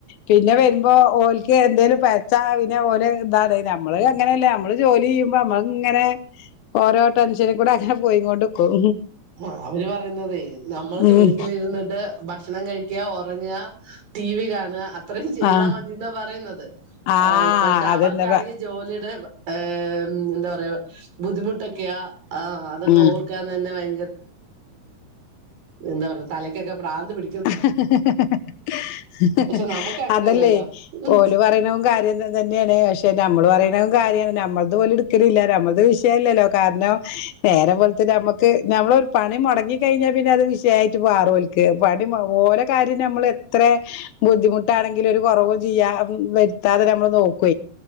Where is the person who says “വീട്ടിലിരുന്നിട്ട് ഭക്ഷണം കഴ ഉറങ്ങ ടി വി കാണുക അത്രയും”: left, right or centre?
Right